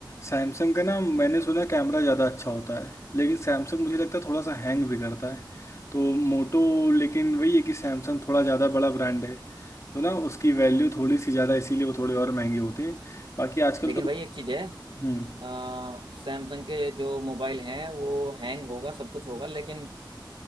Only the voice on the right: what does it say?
लेकिन
भाई एक चीज है
सैमसंग के जो मोबाइल हैं वो हैंग होगा सब कुछ होगा लेकिन